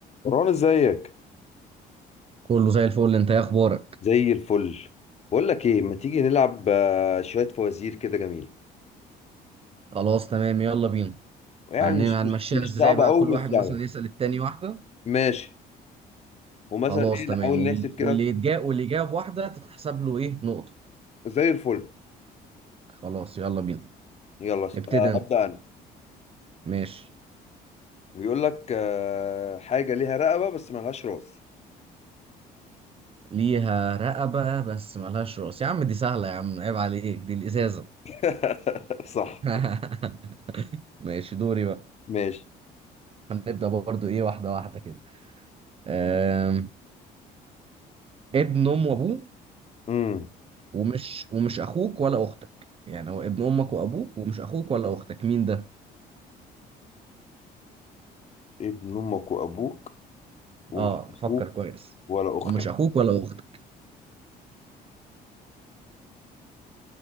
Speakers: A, on the left; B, on the right.
A: مروان ازيك
B: كله زي الفل انت ايه اخبارك
A: زي الفل بقول لك ايه ما تيجي نلعب آه، شويه فوازير كده جميله
B: خلاص تمام يلا بينا
A: يعني
B: هن-
A: مش
B: هنمشيها
A: مش مش
B: ازاي
A: صعبه
B: بقى
A: قوي
B: كل واحد
A: مش
B: مثلا
A: سهله
B: يسأل التاني واحدة
A: ماشي ومثلا
B: خلاص
A: ايه
B: تمام
A: نحاول
B: وال-
A: نحسب كده
B: واللي يتجا واللي جاب واحدة تتحسب له ايه نقطة
A: زي الفل
B: خلاص يلا بينا
A: يلا س-
B: ابتدي
A: آه،
B: انت
A: ابدا انا
B: ماشي
A: بيقول لك آه، حاجه ليها رقبه بس ملهاش راس
B: ليها رقبة بس ملهاش راس يا عم دي سهلة يا عم عيب عليك دي الإزازة
A: <laughs> صح
B: <laughs> ماشي دوري بقى
A: ماشي
B: هنبدأ برضو ايه واحدة واحدة كده أم... ابن ام وابوه
A: امم
B: ومش ومش اخوك ولا اختك يعني هو ابن امك وابوك ومش اخوك ولا اختك مين ده
A: ابن امك وابوك ومش
B: اه
A: اخوك
B: فكر كويس
A: ولا اختك
B: ومش اخوك ولا اختك